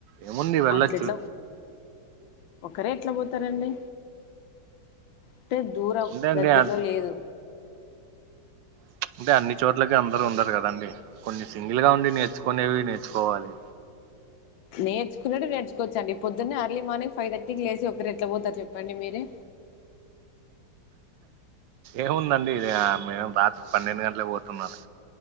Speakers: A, on the right; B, on the left.
A: ఏముంది వెళ్ళొచ్చు
B: అట్లేట్ల ఒకరే ఎట్లా పోతారండి అంటే దూరం
A: అంతే అండి
B: దగ్గరలో
A: అంటే
B: లేదు
A: ప్చ్ అంటే అన్ని చోట్లకి అందరు ఉండరు కదండి కొన్ని సింగిల్ గా ఉండి నేర్చుకునేవి నేర్చుకోవాలి
B: నేర్చుకునేటివి నేర్చుకోవచ్చండి పొద్దున్నే ఎర్లీ మార్నింగ్ ఫైవ్ థర్టీకి లేసి ఒకరు ఎట్లా పోతారు చెప్పండి మీరే
A: ఏముందండి ఇది మేము రాత్రి పన్నెండు గంటలకు పోతున్నారు